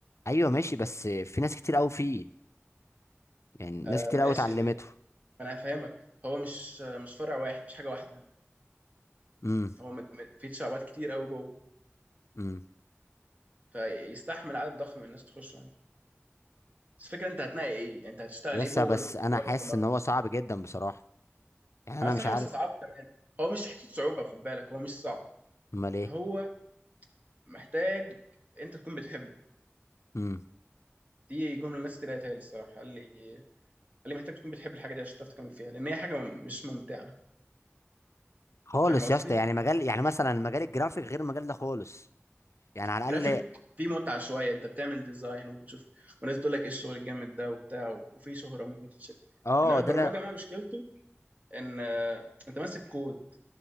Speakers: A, on the left (about 80°); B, on the right (about 35°).
A: ايوه ماشي بس في ناس كتير قوي فيه يعني ناس
B: آه
A: كتير
B: ماشي
A: قوي اتعلمته
B: لأن انا هفهمك هو مش مش فرع واحد مش حاجه واحده
A: امم
B: هو مت... مت- في شعبات كتير قوي جوه
A: امم
B: فيستحمل عدد ضخم من الناس تخش يعني بس الفكره انت هتنقي ايه يعني انت هتشتغل
A: يس
B: ايه جوه
A: بس
B: ال-
A: انا
B: جوه
A: حاسس
B: البرمجه
A: ان هو صعب جدا بصراحه يعني انا
B: انا صراحه
A: مش عارف
B: بس صعب كمان هو مش حته صعوبه خد بالك هو مش صعب
A: امال ايه
B: هو محتاج انت تكون بتحبه
A: امم
B: دي جمله الناس كتير قالتها لي الصراحه قال لي قال لي محتاج تكون بتحب الحاجه دي عشان تعرف تكمل فيها لان هي حاجه مش ممتعه
A: خالص
B: فاهم قصدي
A: يا اسطى يعني مجال يعني مثلا مجال الجرافيك غير المجال ده خالص يعني على
B: جرافيك
A: الاقل
B: فيه متعه شويه انت بتعمل ديزاين وبتشوف وناس تقول لك ايه الشغل الجامد ده وبتاع وفي شهره ممكن تتشال
A: اه
B: انما البرمجه
A: ده لا
B: بقى مشكلته ان آه، انت ماسك كود